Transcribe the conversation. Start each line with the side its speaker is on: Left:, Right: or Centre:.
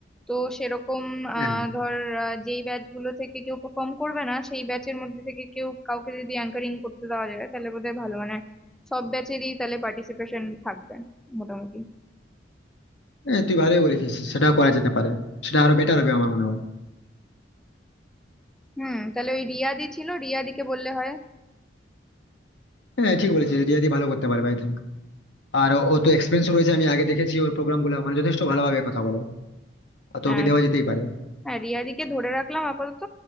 Centre: তো সেরকম
Left: হ্যাঁ
Centre: আহ ধর আহ, যেই ব্যাচ গুলো থেকে কেউ পারফর্ম করবে না সেই ব্যাচের মধ্যে থেকে কেউ কাউকে যদি অ্যাঙ্কারিং করতে দেওয়া যায় তাহলে বোধহয় ভালো মানে সব ব্যাচেরই তাহলে পার্টিসিপেশন থাকবে মোটামুটি
Left: হ্যাঁ তুই ভালোই বলেছিস সেটা করা যেতে পারে সেটা আরো বেটার হবে আমার মনে হয়
Centre: হুম তাহলে ওই রিয়াদি ছিল রিয়াদিকে বললে হয়
Left: হ্যাঁ ঠিক বলেছিস রিয়াদি ভালো করতে পারবে আই থিঙ্ক আর ও ও তো এক্সপিরিয়েন্স রয়েছে আমি আগে দেখেছি ওর প্রোগ্রাম গুলো মানে যথেষ্ট ভালোভাবে কথা বলে আর তো
Centre: হ্যাঁ
Left: ওকে দেওয়া যেতেই পারে
Centre: হ্যাঁ রিয়াদিকে ধরে রাখলাম আপাতত